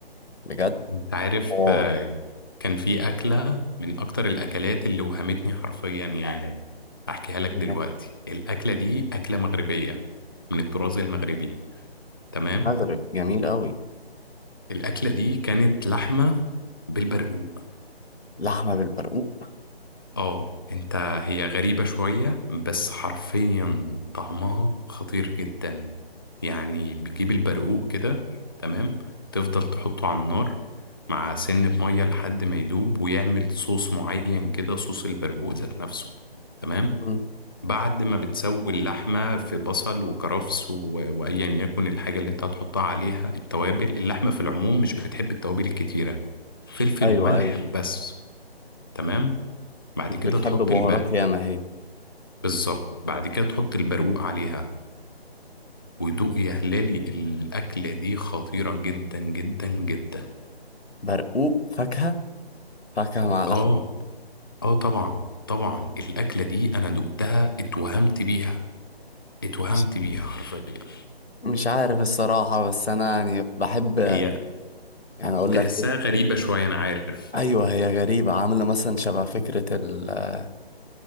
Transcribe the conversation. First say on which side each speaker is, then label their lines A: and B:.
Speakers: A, on the left; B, on the left.
A: بجد
B: انت عارف
A: حوار
B: آه، كان في أكلة من أكتر الأكلات اللي وهمتني حرفيا يعني أحكيها لك
A: مم.
B: دلوقتي الأكلة دي أكلة مغربية من الطراز المغربي تمام
A: مغرب جميل قوي
B: الأكلة دي كانت لحمة بالبرقوق
A: لحمة بالبرقوق
B: اه انت هي غريبة شوية بس حرفيا طعمها خطير جدا يعني بتجيب البرقوق كده تمام تفضل تحطه على النار مع سن مية لحد ما يدوب ويعمل صوص معين كده صوص البرقوق ذات نفسه تمام
A: مم.
B: بعد ما بتسوي اللحمة في بصل وكرفس و... وأيا يكن الحاجة اللي انت هتحطها عليها التوابل اللحمة في العموم مش بتحب التوابل الكتيرة فلفل
A: ايوه
B: وملح
A: ايوه
B: بس تمام بعد
A: مش
B: كده
A: بتحب
B: تحط
A: بهارات
B: البرق
A: ياما هي
B: بالظبط بعد كده تحط البرقوق عليها ودوق يا هلالي الأكلة دي خطيرة جدا جدا جدا
A: برقوق فاكهة فاكهة مع لحمة
B: آه آه طبعا طبعا الأكلة دي أنا دقتها اتوهمت بيها اتوهمت
A: مش
B: بيها حرفيا
A: مش عارف الصراحة بس انا يعني بحب
B: هي
A: يعني اقول
B: تحسها
A: لك
B: غريبة شوية أنا عارف
A: ايوه هي غريبه عامله مثلا شبه فكره ال-